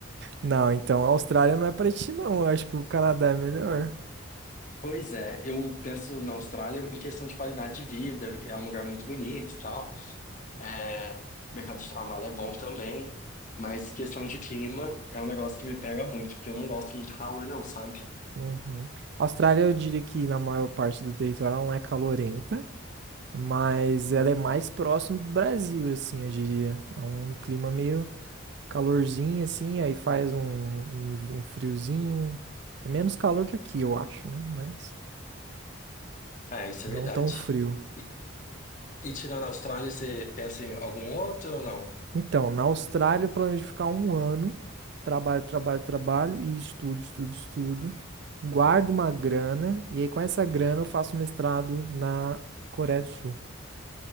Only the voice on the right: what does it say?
Não, então a Austrália não é pra ti, não. Eu acho que o Canadá é melhor.
Uhum. A Austrália, eu diria que na maior parte do território ela não é calorenta, mas ela é mais próximo do Brasil, assim, eu diria. É um clima meio calorzinho assim, aí faz um, um, um friozinho. É menos calor que aqui, eu acho, né? Mas
não
tão frio.
Então, na Austrália eu planejo ficar um ano, trabalho, trabalho, trabalho e estudo, estudo, estudo. Guardo uma grana e aí com essa grana eu faço mestrado na Coreia do Sul.